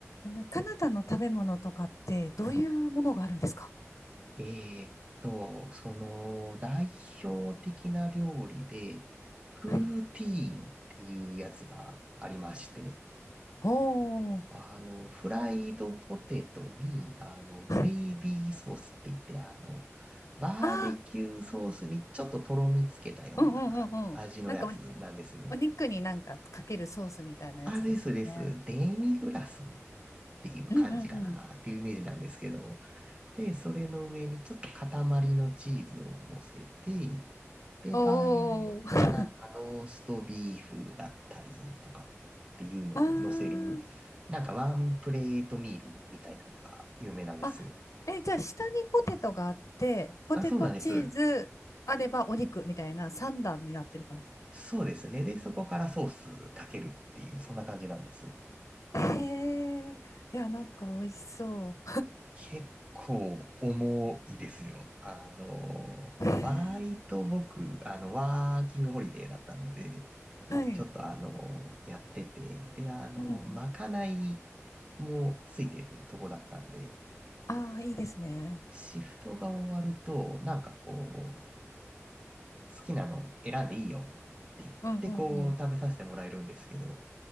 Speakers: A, on the left; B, on the right.
A: あの、カナダの食べ物とかってどういうものがあるんですか
B: えーっと、その、代表的な料理で、プーティーンっていうやつがありまして、
A: はい。おー。
B: あの、フライドポテトに、あの、グレイビーソースって言って、
A: はい。
B: あの、バーベキューソースにちょっととろみつけたような
A: ああ、うんうんうんうん。
B: 味のやつなんですね。
A: なんかお、お肉になんかかけるソースみたいなやつですよね。
B: あ、ですです。デミグラスっていう感じかなっていうイメージなんですけど、
A: うんうんうん。
B: で、それの上にちょっと塊のチーズを乗せて、で、
A: お
B: 場合によってはなんかローストビーフだったりとかっていうのを乗せる、
A: お。<laughs> あ
B: なんかワンプレートミールみたいなのが有名なんですよ。
A: あ。あ、え、じゃあ下にポテトがあって、ポテトチーズあればお肉みたいな三段になってる感じ。
B: あ、そうなんです。そうですね。で、そこからソースかけるっていう、そんな感じなんです。
A: へえ。いや、なんか美味しそ
B: 結構重いですよ。あの、
A: う。<laughs> へえ。
B: バイト僕、あの、ワーキングホリデーだったので、
A: はい。
B: ちょっとあの、やってて、で、あの、
A: うんうん。
B: まかないもついてるとこだったんで、
A: ああ、いいですね。
B: シフトが終わると、なんかこう、好きなの選んでいいよって言ってこう、
A: うんうんうん
B: 食べさせてもらえるんですけど、